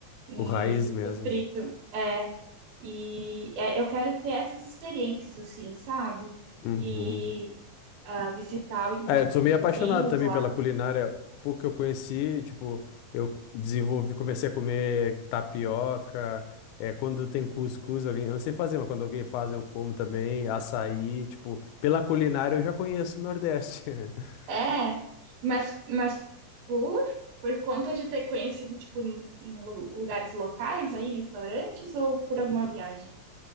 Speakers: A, on the right; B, on the left.
A: E
B: o raiz mesmo.
A: peixe frito. É, e é, eu quero ter essas experiências, assim, sabe?
B: Uhum.
A: E ah, visitar o encontro
B: É, eu sou meio
A: dos
B: apaixonado
A: rios
B: também
A: lá
B: pela culinária. Pouco que eu conheci, tipo, eu desenvolvi, comecei a comer tapioca. É, quando tem cuscuz, alguém, eu não sei fazer, mas quando alguém faz, eu como também. Açaí, tipo, pela culinária eu já conheço o Nordeste. <laughs>
A: É, mas, mas por, por conta de ter conhecido, tipo, em lu- lugares locais aí, restaurantes, ou por alguma viagem?